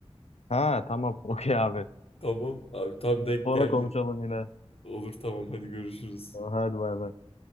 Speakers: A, on the left; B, on the left.
A: Ha tamam <laughs> okey abi.
B: Tamam abi tam denk
A: Sonra
B: geldi.
A: konuşalım yine.
B: Olur tamam hadi görüşürüz.
A: Tamam, Hadi bay bay.